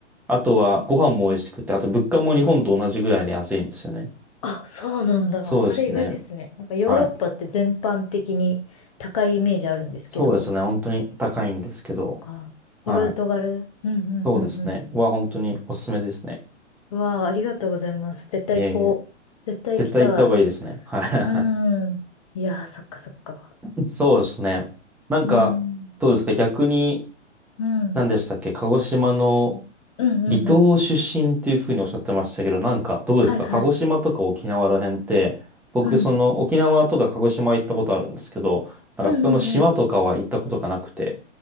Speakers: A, in the centre; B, on the left (about 30°).
A: あとは、ご飯も美味しくて、あと物価も日本と同じぐらいで安いんですよね。
B: あ、そうなんだ。
A: そうですね。
B: それ意外ですね。なんかヨーロッパって全般的に高いイメージあるんですけど、
A: はい。そうですね。本当に高いんですけど、
B: か。
A: はい。
B: ポルトガル。うんうんうんうん。
A: そうですね。は、本当におすすめですね。
B: うわあ、ありがとうございます。絶対行こう。
A: いえいえ。
B: 絶対行きたい。
A: 絶対行った方がいいですね。は
B: うん。いやー、そっかそっか。
A: い。<laughs> そうですね。なんか、
B: うん。
A: どうですか逆に、
B: うん。
A: 何でしたっけ、鹿児島の
B: うんうんうん。
A: 離島出身っていうふうにおっしゃってましたけど、なんかどうですか鹿児島とか沖縄ら辺って、
B: はいはい。
A: 僕その沖縄とか鹿児島行ったことあるんですけど、
B: うん。
A: なんかそこの島とかは行ったことがなくて、
B: うんうんうん。